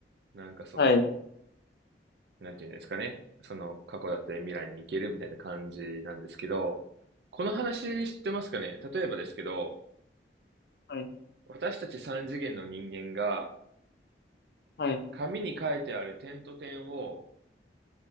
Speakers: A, on the right; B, on the left.
A: なんかその、
B: ああはい。
A: なんていうんですかね。その過去だったり未来に行けるみたいな感じなんですけど、この話知ってますかね例えばですけど、
B: はい。
A: 私たち三次元の人間が、
B: はい。
A: 紙に書いてある点と点を、